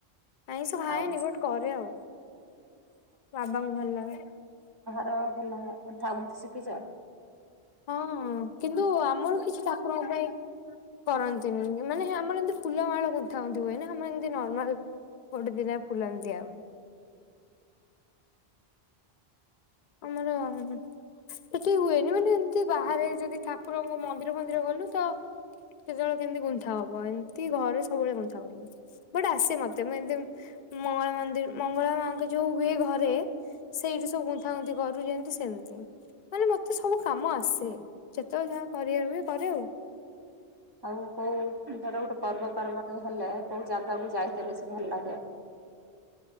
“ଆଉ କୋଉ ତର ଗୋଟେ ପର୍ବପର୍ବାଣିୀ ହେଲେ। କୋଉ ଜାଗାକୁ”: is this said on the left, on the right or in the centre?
Right